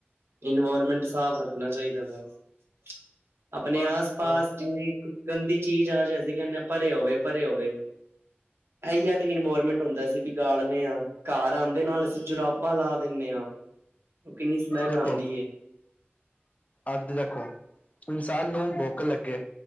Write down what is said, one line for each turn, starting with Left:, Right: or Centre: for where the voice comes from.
Right: ਇਨਵਾਇਰਮੈਂਟ ਸਾਫ਼ ਰੱਖਣਾ ਚਾਹੀਦਾ ਬੱਸ। ਆਪਣੇ
Left: ਬਸ
Right: ਆਸ ਪਾਸ
Left: ਫਿਰ
Right: ਜਿੰਨੇ ਗੰਦੀ ਚੀਜ਼ ਆ, ਜੇ ਅਸੀਂ ਕਹਿੰਦੇ ਆਂ ਭਰੇ ਹੋਵੇ- ਭਰੇ ਹੋਵੇ। ਇਹੀ ਹੈ ਤੇ ਇਨਵਾਇਰਮੈਂਟ ਹੁੰਦਾ ਅਸੀ ਬਿਗਾੜਨੇ ਹਾਂ, ਘਰ ਆਂਦੇ ਨਾਲ ਅਸੀਂ ਜੁਰਾਬ ਪਾਂ ਲਾ ਦਿੰਨੇ ਆ, ਉਹ ਕਿੰਨੀ ਸਮੈਲ
Left: ਦੇਖੋ
Right: ਆਂਦੀ ਏ।
Left: ਅੱਜ ਦੇਖੋ ਇਨਸਾਨ ਨੂੰ ਭੁੱਖ ਲੱਗੇ